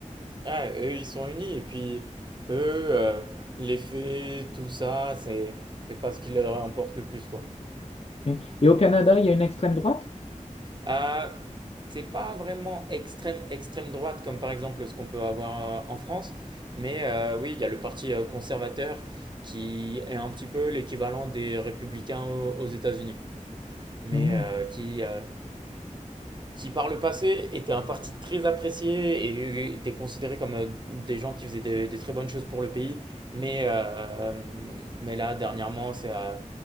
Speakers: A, on the right; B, on the left.
A: Ah, eux, ils sont unis. Et puis, eux, euh, les faits, tout ça, c'est, c'est pas ce qui leur importe le plus, quoi.
B: Et, et au Canada, il y a une extrême droite?
A: Ah, c'est pas vraiment extrême, extrême droite, comme par exemple ce qu'on peut avoir euh, en France. Mais euh, oui, il y a le parti euh, conservateur qui est un petit peu l'équivalent des républicains au- aux États-Unis. Mais
B: Hmm.
A: euh, qui, euh, qui par le passé étaient un parti très apprécié et étaient considérés comme euh, des gens qui faisaient des, des très bonnes choses pour le pays. Mais, euh, mais là, dernièrement, c'est, euh,